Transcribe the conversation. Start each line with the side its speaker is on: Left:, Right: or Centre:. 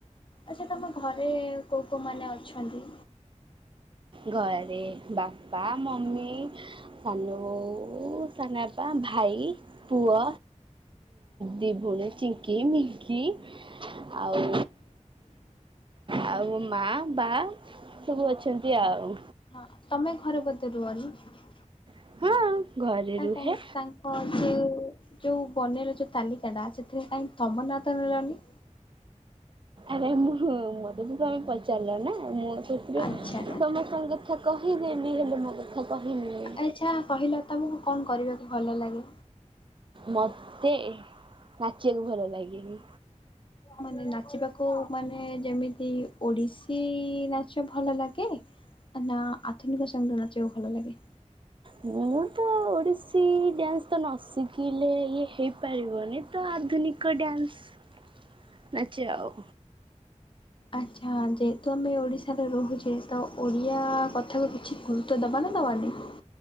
Left: ଆଚ୍ଛା ତମ ଘରେ କୋଉ କୋଉମାନେ ଅଛନ୍ତି?
Right: ଘରେ ବାପା, ମମି, ସାନ ବୋଉ, ସାନ ବାପା। ଭାଇ, ପୁଅ, ଦି ଭଉଣୀ, ଚିଙ୍କି, ମିଙ୍କି ଆଉ ଆଉ ମା ବା, ସବୁ ଅଛନ୍ତି ଆଉ।
Left: ହଁ ତମେ ଘରେ କେତେ ଦୂର କୁହନି।
Right: ହଁ ଘରେ
Left: ନା,
Right: ରୁହେ
Left: ତାଙ୍କ ଯୁ ଯୋଉ ବନର ଯୋଉ ତାଲିକାଟ ସେଥିରେ, କାହିଁକି ତମନାଟ ମିଳୁନି?
Right: ଆରେ, ମୁଁ ମତେ ବି ତମେ ପଚାରିଲ ନା ମୁଁ ସେଥିରୁ
Left: ଆଚ୍ଛା
Right: ସମସ୍ତଙ୍କ କଥା କହିଦେନି, ହେଲେ ମୋ କଥା କହିଲେ ନି।
Left: ଆଚ୍ଛା କହିଲ ତମକୁ କଣ କରିବାକୁ ଭଲ ଲାଗେ?
Right: ମତେ ନାଚିବାକୁ ଭଲ ଲାଗେନି?
Left: ମାନେ ନାଚିବାକୁ ମାନେ ଯେମିତି ଓଡିଶୀ ନାଚ? ସେ ଭଲ ଲାଗେ, ନା ଆଧୁନିକ ସଙ୍ଗୀତ ନାଚକୁ ଭଲ ଲାଗେ?
Right: ମୁଁ ତ ଓଡିଶୀ। କିଛି ଡ୍ୟାନ୍ସ ତ ନ ଶିଖିଲେ, ଇଏ ହେଇପାରିବନି ତ ଆଧୁନିକ ଡ୍ୟାନ୍ସ ନାଚ ଆଉ
Left: ଆଚ୍ଛା, ଯେହେତୁ ଆମେ ଓଡିଶାରେ ରହୁଛେ, ତ ଓଡିଆ କଥାକୁ କିଛି ଗୁରୁତ ଦବା ନା ଦେବା <unintelligible>